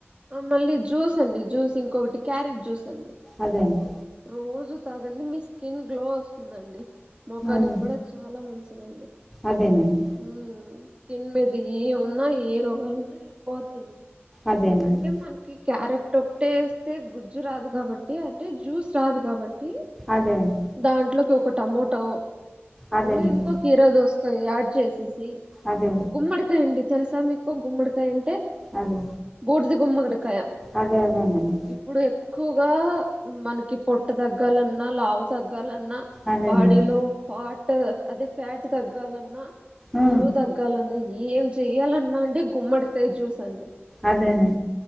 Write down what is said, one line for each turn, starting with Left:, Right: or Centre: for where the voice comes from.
Right: ఆ మళ్ళీ జ్యూస్ అండి జ్యూస్ ఇంకొకటి క్యారట్ జూస్ దన్ని
Centre: అదే అండి
Right: రోజు తాగండి మీ స్కిన్ గ్లో ఒస్తుందండి మొఖానిక్
Centre: అదే
Right: కుడ చాలా మంచిదండి
Centre: అదేనండి
Right: ఊ కిన్ మీద ఏవ్ ఉన్నా ఏ రోగాలు ఉన్నాయి పోతైయండి
Centre: అదేనండి
Right: అంటే మనకి క్యారెక్ టొట్ ఏస్తే గుజ్జు రాదు కాబట్టి అంటే జ్యూస్ రాదు కాబట్ టీ
Centre: అదే అండి
Right: దాంట్లోకి ఒకట్ టమోటో
Centre: అదేనండి
Right: మళ్ళీ ఇంకో కీరా దోస్కాయి యాడ్ చేసేసి
Centre: అదే
Right: గుమ్మడికాయ అండి తెల్సా మిక్ ఓ గుమ్మడికాయ అంటే
Centre: అదే
Right: బూడిది గుమ్మడికాయ
Centre: అదే అదేనండి
Right: ఇప్పుడు ఎక్కువ్గా మనకి పొట్ట తగ్గాలన్న లావు తగ్గాలన్ న
Centre: అదేనండి
Right: బాడిలో ఫాట్ ట్ అదే ఫ్యాట్ తగ్ గాలన్న
Centre: ఆ,
Right: బోరువు దగ్గాలన్న ఏమ్ చెయ్యాలన్న అండి గుమ్మడికాయ జ్యూస్ అండి
Centre: అదేనా